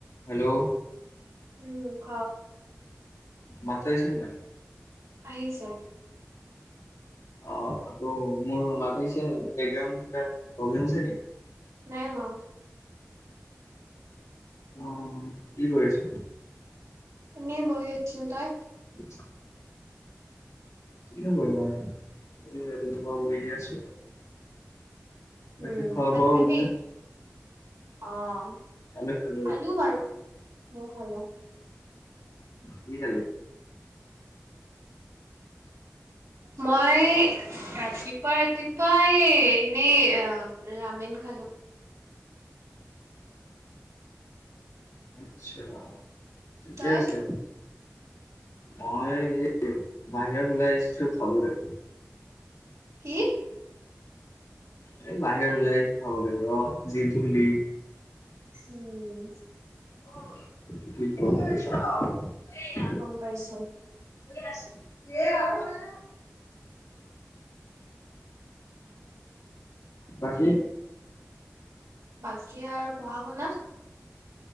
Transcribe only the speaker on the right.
উম, ক?
আহিছে।
নাই হোৱা।
এনেই বহি আছিলোঁ, তই?
উম
ভাত
খালি
অ',
খালোঁ বাৰু, মইও খালোঁ।
মই ৰাতিপুৱা-ৰাতিপুৱা এই এনেই অ', ৰামেন খালোঁ।
তই
কি?
উম।
গম পাইছোঁ।
বাকী আৰু পঢ়া শুনা?